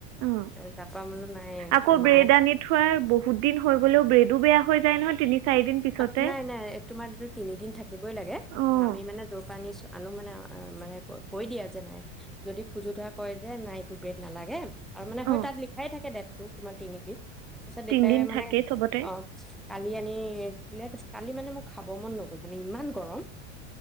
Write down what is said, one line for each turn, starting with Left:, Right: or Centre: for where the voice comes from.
Right: অ
Centre: তাৰ পৰা বোলো নাই
Right: আকৌ
Centre: মায়ে
Right: ব্ৰেড আনি থোৱাৰ বহুত দিন হৈ গলেও ব্ৰেডো বেয়া হৈ যায় নহয় তিনি চাৰিদিন পিছতে
Centre: অ নাই নাই তোমাৰ এইটো তিনিদিন থাকিবই লাগে
Right: অঁ
Centre: আমি মানে জৰ পৰা নি আনো মানে মানে কৈ দিয়া যে নাই যদি খোজো থোৱা কয় যে নাই এইটো ব্ৰেড নালাগে আৰু মানে
Right: অঁ
Centre: হয় তাত লিখাই থাকে ডেটটো তোমাৰ তিনিদিন তাৰপিছত দেউতাই
Right: তিনিদিন
Centre: মানে
Right: থাকেই চবতে
Centre: অ কালি আনি প্লেত আছে, কালি মানে মোক খাব মন নগ'ল, মানে ইমান গৰম